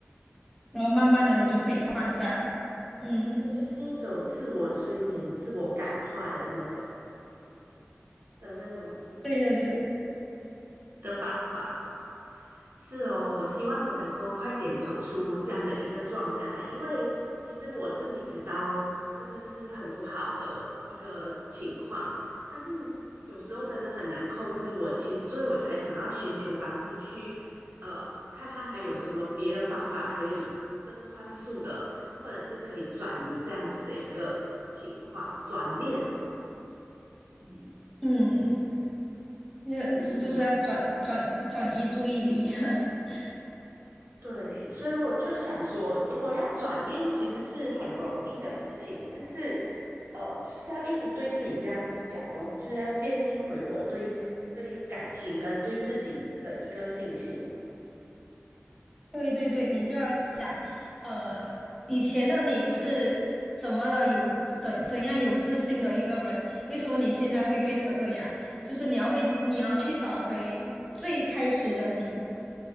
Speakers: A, in the centre; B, on the right.
A: 然后慢慢的你就可以放下。
B: 啊，
A: 嗯，
B: 这就是一种自我催眠、自我感化的那种的那种
A: 对对对，
B: 的方法。是哦，我希望我能够快点走出这样的一个状态，因为其实我自己知道这个是很不好的一个情况，但是有时候真的很难控制我，其实所以我才想要寻求帮助去，呃，看看还有什么别的方法可以更快速的，或者是可以转移这样子的一个情况，转念，嗯。
A: 嗯，那就是要转转转移注意力。
B: 哎
A: <laughs>
B: 对，所以我就想说，如果要转念，其实是很容易的事情，但是，呃，就是要一直对自己这样子讲哦，就是要建立回我对对感情跟对自己的一个信心。
A: 对对对，你就要想，呃，以前的你是怎么的有怎怎样有自信的一个人，为什么你现在会变成这样？就是你要会，你要去找回最开始的你，